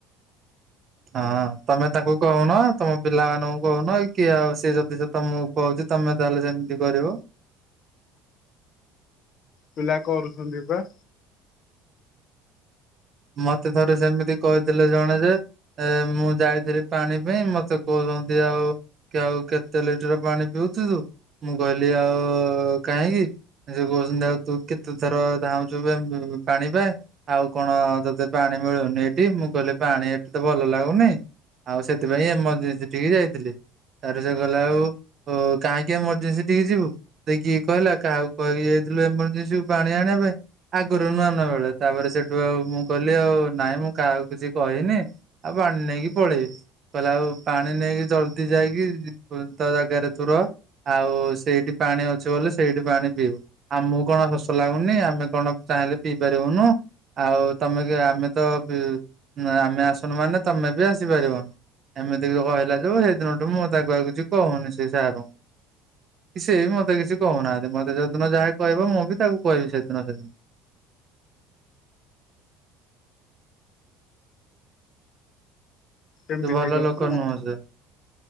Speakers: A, on the right; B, on the left.
A: ହଁ ତମେ ତାଙ୍କୁ କହୁନ ତମ ପିଲାମାନଙ୍କୁ କହୁନ କି ଆଉ ସିଏ ଯଦି ତମକୁ କହୁଛି ତମେ ତାହେଲେ ସେମିତି କରିବ।
B: ପିଲା କରୁଛନ୍ତି ପା।
A: ମତେ ଥରେ ସେମିତି କହିଥିଲେ ଜଣେ ଯେ ଏ ମୁଁ ଯାଇଥିଲି ପାଣି ପାଇଁ ମତେ କହୁଛନ୍ତି ଆଉ କି ଆଉ କେତେ ଲିଟର ପାଣି ପିଉଛୁ ତୁ ମୁଁ କହିଲି ଆଉ କାହିଁକି? ସେ କହୁଛନ୍ତି ଆଉ ତୁ କେତେଥର ଧଉଁଛୁ ପାଣି ପାଇଁ ଆଉ କଣ ତତେ ପାଣି ମିଳୁନି ଏଠି ମୁଁ କହିଲି ପାଣି ଏଠି ତ ଭଲ ଲାଗୁନେଇ ଆଉ ସେଥିପାଇଁ ଏମର୍ଜେନ୍ସି ଟିକେ ଯାଇଥିଲି। ତାପରେ ସେ କହିଲା ଆଉ କାହିଁକି ଏମର୍ଜେନ୍ସି ଟିକେ ଯିବୁ। ତତେ କିଏ କହିଲା କାହାକୁ କହିକି ଯାଇଥିଲୁ ଏମର୍ଜେନ୍ସିୁ ପାଣି ଆଣିବା ପାଇଁ। ଆଗରୁ ନୁଆ ନଆ ବେଳେ ତାପରେ ସେଠୁ ଆଉ ମୁଁ କହିଲି ଆଉ ନାଇଁ ମୁଁ କାହାକୁ କିଛି କହିନି ଆଉ ପାଣି ନେଇକି ପଳେଇବି। କହିଲା ଆଉ ପାଣି ନେଇକି ଜଲଦି ଯାଇକି ତା ଜାଗାରେ ତୁ ର। ଆଉ ସେଇଠି ପାଣି ଅଛି ବୋଲି ସେଇଠି ପାଣି ପିଇବୁ। ଆମକୁ କଣ ଶୋଷ ଲାଗୁନି ଆମେ କଣ ଚାହିଁଲେ ପିଇ ପାରିବୁନୁ ଆଉ ତମେ କି ଆମେ ତ ପି ଆମେ ଆସୁନୁ ମାନେ ତମେ ବି ଆସିପାରିବନି। ଏମିତିକି କହିଲା ଠୁ ସେଇ ଦିନଠୁ ମୁଁ ତାକୁ ଆଉ କିଛି କହୁନି ସେ ସାର୍ ଙ୍କୁ। କି ସେ ବି ମତେ କିଛି କହୁନାହାନ୍ତି ମତେ ଯୋଉ ଦିନ ଯାହା କହିବ ମୁଁ ବି ତାକୁ କହିବି ସେଦିନ ସମିତି।
B: ଏମିତି
A: ସେ ଭଲ
B: କଥା
A: ଲୋକ ନୁହଁ ସେ।